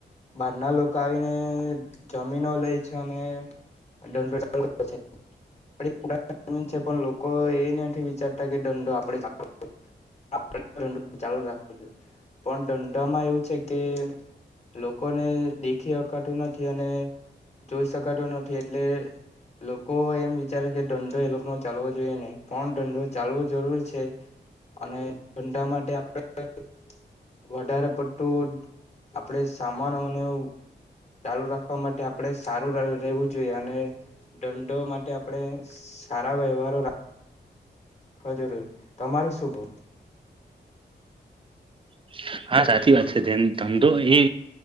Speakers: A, on the left; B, on the right.
A: બહાર ના લોકો આવીને જમીનો લે છે અને દંડો ચાલુ રાખે છે. જ છે પણ લોકો એ નથી વિચારતા કે દંડો આપદે ચા આપડે ચાલુ રાખવો જોઈએ પણ ધંધામાં એવું છે કે લોકોને દેખી અકાતું નથી અને જોઈ શકાતો નથી એટલે લોકો એમ અત્યારે ધંધો એ લોકો નો ચાલવો જોઈએ નહીં. પણ ધંંધો ચાલવો જરૂરી છે અને ધંધા માટે આપડે વધારે પડતું આપડે સામાન ચાલુ રાખ રાખવા માટે આપડણે સારું રહેવું જોઈએ અને ધંધો માટે આપણે સારા વ્યવહારો રાખ જરૂરી તમારે શું કેવું.
B: <inaudible> હા સાચી વાત છે ધંધો એ